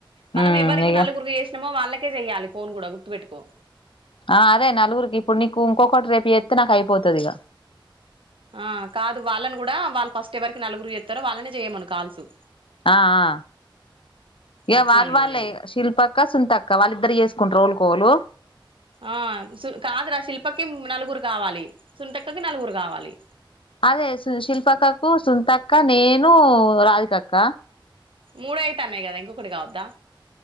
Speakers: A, on the right; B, on the left.
A: మనం
B: ఉమ్
A: ఎవరికి
B: ఇగ
A: నలుగురికి చేసినమో వాళ్ళ కే చెయ్యాలి ఫోన్ కూడా గుర్తుపెట్టుకో
B: ఆ అదే నలుగురికి ఇప్పుడు నీకు ఇంకొకటి రేపు జేత్తే నాకు అయిపోతది ఇగ
A: ఆ కాదు వాళ్ళని కూడా వాళ్ళు ఫస్ట్ ఎవరికి నలుగురికి చేత్తరో వాళ్ళనే చెయ్యమను కాల్సు
B: ఆ ఆ ఇగ
A: అట్లా
B: వాళ్లు
A: నేను
B: వాళ్ళే
A: అనేది
B: శిల్పక్క సుంతక్క వాళ్ళిద్దరు ఏస్ కుంటరు వోలు కోలు
A: ఆ సు కాదురా శిల్పకి ఉమ్ నలుగురు కావాలి సుంత క్కకి నలుగురు కావాలి
B: అదే సు శిల్పక్కకు సుంతక్క నేను రాధికక్క
A: మూడయితాన్నాయి కదా ఇంకొకటి కావద్దా